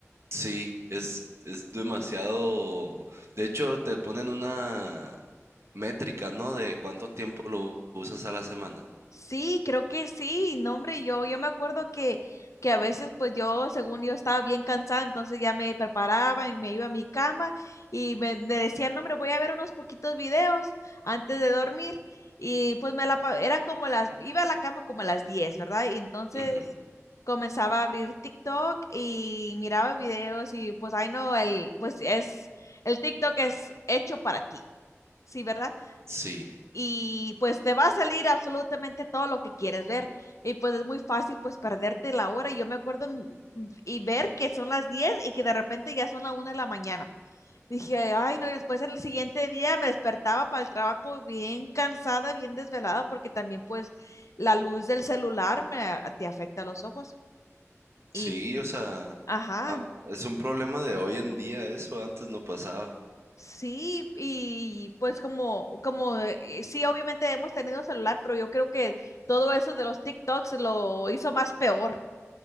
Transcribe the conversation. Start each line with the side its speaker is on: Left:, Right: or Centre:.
Right: Sí, es, es demasiado... De hecho, te ponen una métrica, ¿no? De cuánto tiempo lo usas a la semana.
Left: Sí, creo que sí, no hombre, yo, yo me acuerdo que, que a veces pues yo, según yo estaba bien cansada, entonces ya me preparaba y me iba a mi cama y me, me decían, no hombre, voy a ver unos poquitos videos antes de dormir y pues me la, pa- eran como las, iba a la cama como a las 10, ¿verdad? Y entonces
Right: Ujú.
Left: comenzaba a abrir TikTok y miraba videos y pues, ay no, el, pues es, el TikTok es hecho para ti, ¿sí, verdad?
Right: Sí,
Left: y pues te va a salir absolutamente todo lo que quieres ver. Y pues es muy fácil pues perderte la hora. Y yo me acuerdo en- y ver que son las 10 y que de repente ya son la una de la mañana. Dije, ay, no, y después en el siguiente día me despertaba para el trabajo bien cansada, bien desvelada, porque también pues la luz del celular me, te afecta los ojos. Y,
Right: sí, o sea,
Left: ajá,
Right: ah, es un problema de hoy en día, eso antes no pasaba.
Left: Sí, y pues como, como eh, sí, obviamente hemos tenido celular, pero yo creo que todo eso de los TikToks lo hizo más peor.